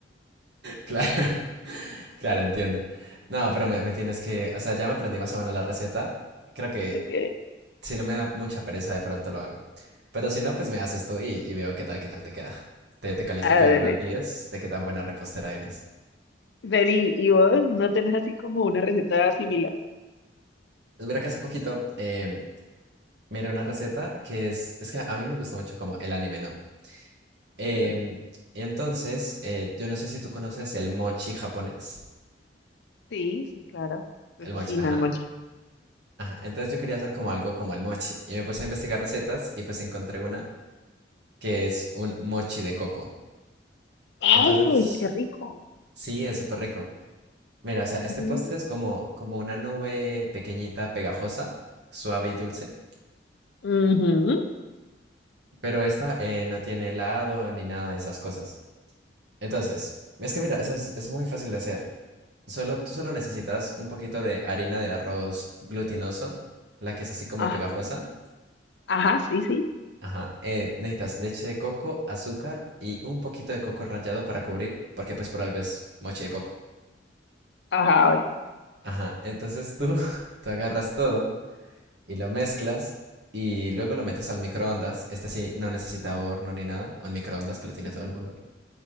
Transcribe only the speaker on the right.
Claro, <laughs> claro, entiendo. No, pero me, me tienes que, o sea, ya me aprendí más o menos la receta. Creo que
Si no me da mucha pereza, de pronto lo hago. Pero si no, pues me haces tú y, y veo qué tal, qué tal te queda. Te, te califico
del uno al diez de qué tan buena repostera eres.
Pues mira que hace poquito eh, miré una receta que es, es que a mí me gusta mucho como el anime, ¿no? Em,
y entonces, eh, yo no sé si tú conoces el mochi japonés.
El
mochi, ajá,
ajá. Entonces yo quería hacer como algo como el mochi. Y me puse a investigar recetas y pues encontré una que es un mochi de coco.
Entonces,
sí, es súper rico. Mira, o sea,
este postre es como, como una nube pequeñita, pegajosa, suave y dulce,
pero esta eh, no tiene helado ni nada de esas cosas. Entonces, es que mira, eso es, es muy fácil de hacer. Solo, tú solo necesitas un poquito de harina de arroz glutinoso, la que es así como
pegajosa.
Ajá, eh, necesitas leche de coco, azúcar y un poquito de coco rallado para cubrir, porque pues por algo es mochi de coco.
Ajá, entonces tú, <laughs> tú agarras todo. y lo mezclas y luego lo metes al microondas. Este sí no necesita
horno ni nada, o el microondas que lo tiene
todo el mundo.